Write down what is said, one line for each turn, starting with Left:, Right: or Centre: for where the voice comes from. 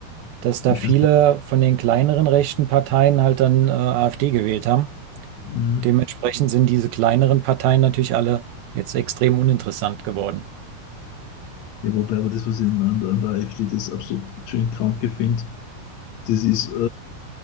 Right: dass da
Left: Ich
Right: viele
Left: weiß nicht,
Right: von den kleineren rechten Parteien halt dann, äh, AfD gewählt haben.
Left: mhm.
Right: Und dementsprechend sind diese kleineren Parteien natürlich alle jetzt extrem uninteressant geworden.
Left: Ja, wobei aber das, was ich an, an an der AfD das absolut schön kranke finde, das ist, äh,